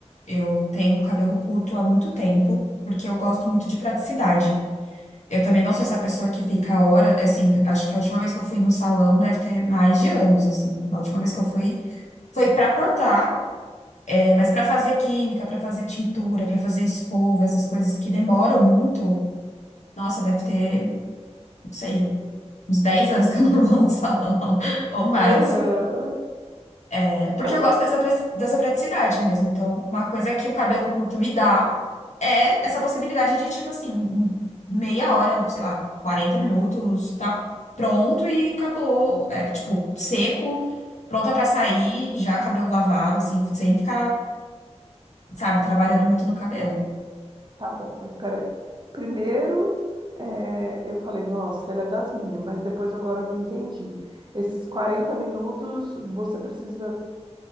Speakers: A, on the left (about 85°); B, on the right (about 40°).
A: eu tenho cabelo curto há muito tempo, porque eu gosto muito de praticidade. Eu também não sou essa pessoa que fica horas assim, acho que a última vez que eu fui no salão deve ter mais de anos, assim. A última vez que eu fui foi pra cortar, é, mas pra fazer química, pra fazer tintura, pra fazer escova, essas coisas que demoram muito. Nossa, deve ter, não sei, uns 10 anos que eu não vou no salão <laughs>
B: <laughs>
A: ou mais.
B: Aham.
A: É Porque
B: Mas
A: eu gosto dessa, pra- dessa praticidade mesmo. Então, uma coisa que o cabelo curto me dá é essa possibilidade de, tipo assim, em meia hora, sei lá, 40 minutos, tá pronto e acabou. É, tipo, seco, pronta pra sair, já cabelo lavado, assim, sem ficar, sabe, trabalhando muito no cabelo.
B: Tá bom, mas peraí. Primeiro, eh, eu falei, nossa, ela é das minhas, mas depois agora eu não entendi. Esses 40 minutos você precisa